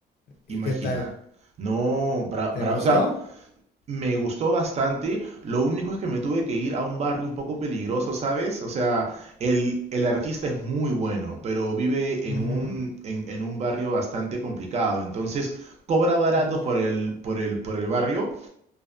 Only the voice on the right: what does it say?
Imagina.
No, bra-
bra-
o sea, me gustó bastante, lo único es que me tuve que ir a un barrio un poco peligroso, ¿sabes? O sea, el, el artista es muy bueno, pero vive en
un, en, en un barrio bastante complicado, entonces cobra barato
por el, por el, por el barrio,